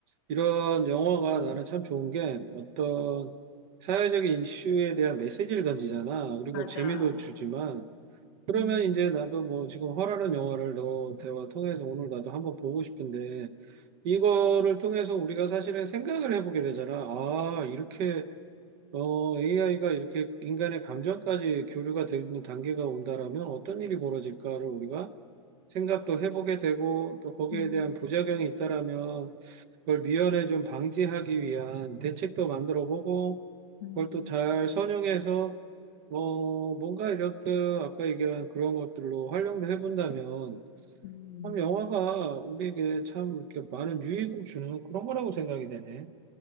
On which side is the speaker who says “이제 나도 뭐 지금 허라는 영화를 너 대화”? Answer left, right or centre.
Right